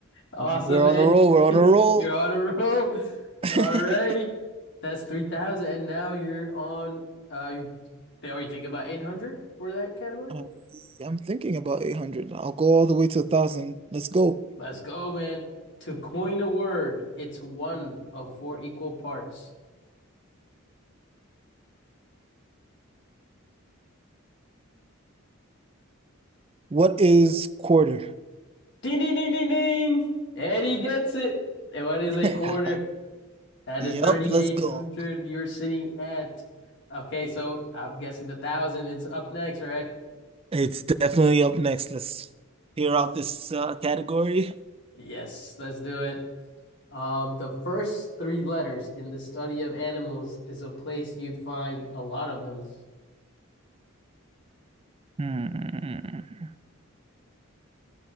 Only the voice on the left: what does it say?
Awesome,
man!
<laughs>
You're on a roll.
Alrighty. That's 3,000. And now you're on, uh, you, are you thinking about 800 for that category?
Let's go, man. To coin a word, it's one of four equal parts.
Ding, ding, ding, ding, ding. Eddie gets it. And what is
a quarter? That
is 3,800.
You're sitting at, okay, so I'm guessing the thousand is up next, right?
Yes, let's do it. Um, the first three letters in the study of animals is a place you'd find a lot of them.